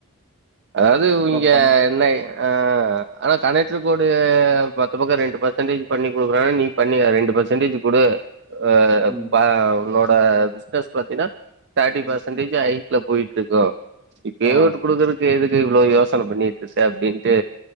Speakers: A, on the right; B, on the right.
A: அதாவது இவிங்க
B: பண்
A: என்ன ஆ ஆனா கணெக்டர் போடு பத்து பக்க ரெண்டு பர்சன்டேஜ் பண்ணி கொடுக்குறாங்க நீ பண்ணி ரெண்டு பர்சன்டேஜ் குடு அ
B: ம்
A: ப நொன் இப்ப பிஸ்னஸ் பாத்தின்னா தேர்டி பர்சன்டேஜ் ஹயிட்ல போயிட்டு இருக்கு இப்பயே
B: ஆ
A: உட்டு குடுக்குறக் எதுக்கு இவ்ளோ யோசனை பண்ணிட்டு இருக்க அப்டின்ட்டு